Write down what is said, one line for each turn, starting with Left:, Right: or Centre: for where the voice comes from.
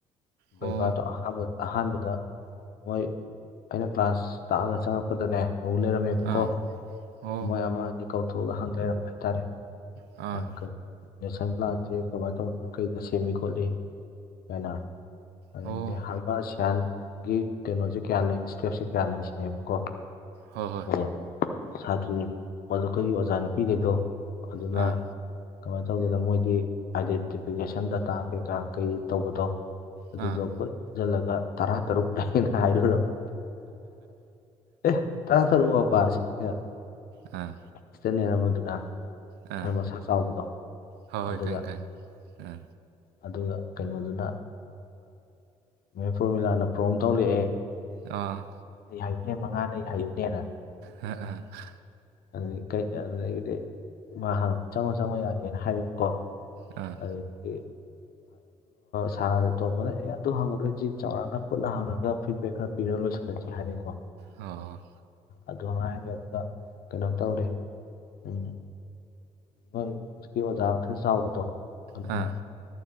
Left: ꯕꯩꯕꯥꯗꯣ
Right: ꯍꯣ
Left: ꯑꯍꯥꯟꯕ ꯑꯍꯥꯟꯕꯗ ꯃꯣꯏ ꯑꯩꯅ ꯀ꯭ꯂꯥꯁ ꯇꯥꯛꯑꯒ ꯆꯪꯉꯛꯄ ꯑꯗꯅꯦ ꯍꯧ ꯂꯩꯔꯝꯃꯦꯕꯀꯣ
Right: ꯑꯥ ꯍꯣ
Left: ꯃꯣꯏ ꯑꯃ ꯑꯅꯤ ꯀꯧꯊꯣꯛꯑꯒ ꯍꯪ ꯂꯩꯔꯝꯕ ꯍꯥꯏꯇꯥꯔꯦ
Right: ꯑꯥ
Left: ꯅꯪ ꯅꯦꯁꯟ ꯄ꯭ꯂꯥꯟꯁꯦ ꯀꯃꯥꯏꯅ ꯇꯧꯗꯅꯣ ꯀꯩꯗ ꯁꯦꯝꯃꯤ ꯈꯣꯠꯂꯤ ꯀꯥꯏꯅ ꯑꯗꯨꯗꯒꯤꯗꯤ
Right: ꯑꯣ
Left: ꯍꯔꯕꯥꯁꯌꯥꯟ ꯒꯤꯛ ꯀꯩꯅꯣꯖꯦ ꯀꯌꯥ ꯂꯩ ꯏꯁꯇꯦꯞꯁꯦ ꯀꯌꯥ ꯂꯩ ꯁꯤꯅꯦꯕꯀꯣ
Right: ꯍꯣꯏ ꯍꯣꯏ
Left: ꯑꯗꯣ ꯁꯥꯇ꯭ꯔꯤ ꯑꯩꯈꯣꯏꯒꯤ ꯑꯣꯖꯥ ꯅꯨꯄꯤꯈꯩꯗꯣ ꯑꯗꯨꯅ
Right: ꯑꯥ
Left: ꯀꯃꯥꯏꯅ ꯇꯧꯒꯦꯗ ꯃꯣꯏꯗꯤ ꯑꯥꯏꯗꯦꯟꯇꯤꯐꯤꯀꯦꯁꯟ ꯗꯇꯥ ꯀꯩꯀꯥ ꯀꯩ ꯇꯧꯕꯗꯣ ꯑꯗꯨꯗꯣ
Right: ꯑꯥ
Left: ꯄꯨꯁꯤꯜꯂꯒ ꯇꯔꯥ ꯇꯔꯨꯛ ꯑꯩꯅ ꯍꯥꯏꯔꯨꯔꯕ ꯑꯦ ꯇꯥꯟ ꯐꯔꯕꯥꯁꯤꯅꯦ
Right: ꯑꯥ
Left: ꯏꯁꯅꯦ ꯅ ꯃꯗꯨꯅ
Right: ꯑꯥ
Left: ꯈꯔ ꯃꯁꯥꯛ ꯆꯥꯎꯕꯗꯣ
Right: ꯍꯣꯏ ꯍꯣꯏ
Left: ꯑꯗꯨꯒ
Right: ꯈꯪꯉꯦ ꯈꯪꯉꯦ
Left: ꯑꯗꯨꯒ ꯀꯩꯅꯣꯗꯨꯅ ꯃ ꯄꯔꯃꯤꯂꯥꯅ ꯄ꯭ꯔꯣꯝ ꯊꯣꯛꯂꯛꯑꯦ
Right: ꯑꯥ
Left: ꯑꯩ ꯍꯥꯏꯌꯨꯅꯦ ꯃꯉꯥ ꯂꯩ ꯍꯥꯏꯌꯨꯅꯦꯅ
Right: ꯑ ꯎ
Left: ꯑ ꯀ ꯑꯗꯨꯦ ꯃꯥ ꯍ ꯆꯪꯉꯣ ꯆꯪꯉꯣ ꯌꯥꯅꯤꯦꯅ ꯍꯥꯏꯔꯤꯕꯀꯣ
Right: ꯑꯥ
Left: ꯑꯗꯨꯗꯒꯤ ꯁ ꯇꯣꯝꯕꯅ ꯑꯦ ꯑꯗꯨ ꯍꯪꯉꯗꯣꯏꯁꯤ ꯆꯥꯎꯔꯥꯛꯅ ꯄꯨꯟꯅ ꯍꯪꯉꯒ ꯐꯤꯗꯕꯦꯛ ꯈꯔ ꯄꯤꯔ ꯂꯣꯏꯁꯤꯜꯂꯒꯦ ꯍꯥꯏꯔꯦꯀꯣ
Right: ꯑꯣ ꯑꯣ
Left: ꯑꯗꯨꯉꯥꯏꯔꯦ ꯑꯗꯨꯒ ꯀꯩꯅꯣ ꯇꯧꯔꯦ ꯎꯝ ꯍꯣꯏ ꯍꯧꯖꯤꯛꯀꯤ ꯑꯣꯖꯥ ꯈꯔ ꯆꯥꯎꯕꯗꯣ ꯑꯗꯨꯅ
Right: ꯑꯥ ꯍꯣꯏ ꯍꯣꯏ ꯑꯥ ꯑꯥ